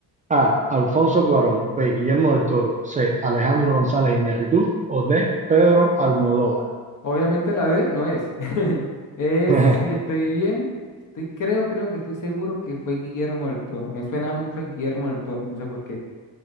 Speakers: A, on the right; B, on the left.
A: A. Alfonso Cuarón. B. Guillermo del Toro. C. Alejandro González Iñárritu. O D. Pedro Almodóvar.
B: Obviamente la D no es. <laughs> Es
A: <laughs>
B: si estoy bien. Estoy, creo, creo que estoy seguro que fue Guillermo del Toro. Me suena mucho a Guillermo del Toro. No sé por qué.